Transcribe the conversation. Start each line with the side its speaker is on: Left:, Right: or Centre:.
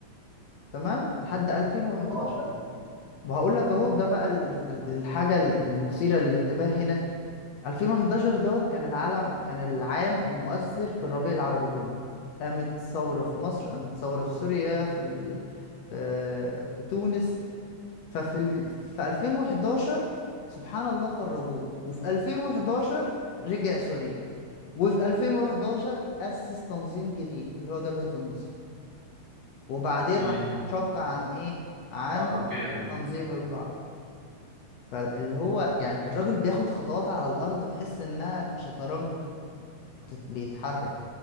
Left: تمام لحد 2011
Right: آه
Left: وهقول لك اهو ده بقى ال- ال- الحاجة ال- المثيرة للانتباه هنا 2011 دوت كان العالم كان العام المؤثر في الربيع العربي كله قامت ثورة في مصر قامت ثورة في سوريا في ال... في في تونس ففي ال... في 2011 سبحان الله خرجوه وفي 2011 رجع سوري وفي 2011 أسس تنظيم جديد اللي هو جبهة النصر وبعدين
Right: امم
Left: راح شق عن ايه عن
Right: بتاع تركيا ده
Left: تنظيم القاعدة فاللي هو يعني الراجل بياخد خطوات على الأرض تحس إنها شطرنج بتت- بيتحرك